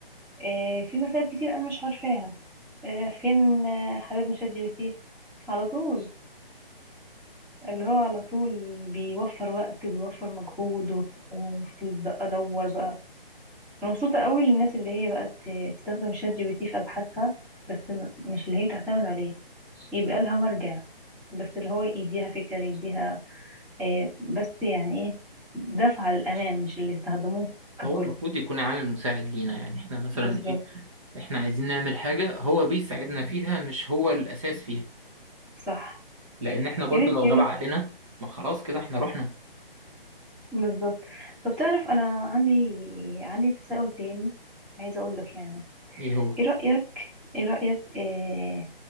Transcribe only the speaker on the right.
هو المفروض يكون عامل مساعد لينا يعني احنا مثلا
ايه احنا عايزين نعمل حاجة هو بيساعدنا فيها مش هو الأساس فيها
لأن احنا برضو
لو
غاب
عقلنا ما خلاص كده احنا رحنا
ايه هو